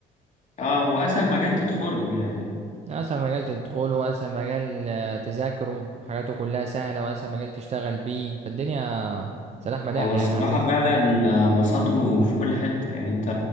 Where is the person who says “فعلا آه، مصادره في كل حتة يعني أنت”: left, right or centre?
Left